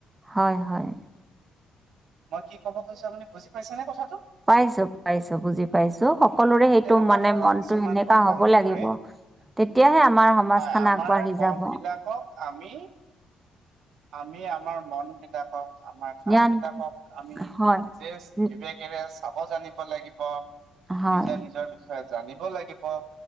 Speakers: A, on the right; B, on the right.
A: হয় হয়।
B: মই কি কব খুজছো আপুনি বুজি পাইছে নে কথাটো?
A: পাইছো পাইছো বুজি পাইছো, সকলোৰে সেইটো
B: তেনেকুৱা
A: মানে
B: ধৰণৰ
A: মনতটো
B: কিছুমান
A: সেনেকা
B: কথা
A: হব
B: আহি
A: লাগিব।
B: পৰে
A: তেতিয়াহে আমাৰ সমাজখন
B: হয় আমাৰ
A: আগবাঢ়ি
B: মন
A: যাব।
B: বিলাকক আমি, আমি আমাৰ মন বিলাকক আমাৰ কাম
A: জ্ঞান
B: বিলাকক আমি,
A: হয়।
B: নিজে
A: উম,
B: বিবেকেৰে চাব জানিব লাগিব নিজে
A: হয়,
B: নিজৰ বিষয়ে, জানিব লাগিব